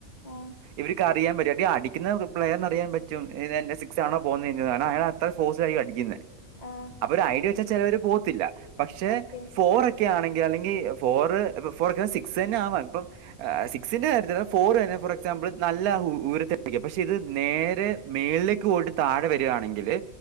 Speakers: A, on the left (about 30°); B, on the right (about 75°).
A: ആഹ്..
B: ഇവർക്ക് അറിയാൻ പറ്റും എടീ അടിക്കുന്ന പ്ലെയറിന് അറിയാൻ പറ്റും സിക്സ് ആണോ പോകുന്നേന്ന്‌ കാരണം അയാൾ അത്ര ഫോഴ്സിലായിരിക്കും അടിക്കുന്നെ
A: ആഹ്
B: അപ്പൊ ഒരു ഐഡിയ വെച്ചാ ചെ ലവര് പോകത്തില്ല പക്ഷെ
A: ഓക്കെ
B: ഫോർഅ ടി ക്കെ ആണെങ്കിൽ അല്ലെങ്കിൽ ഫോറ് ഫോർ സിക്സ് തന്നെ ആവാ ഇപ്പം സിക്സിന്റെ കാര്യത്തില് ഫോർ തന്നെ ഫോർ എക്സാമ്പിൾ നല്ല ഉയരത്തിയാരിക്കും പക്ഷെ ഇത് നേരെ മേളിലേക്ക് പോയിട്ട് താഴെ വരികാണെങ്കില്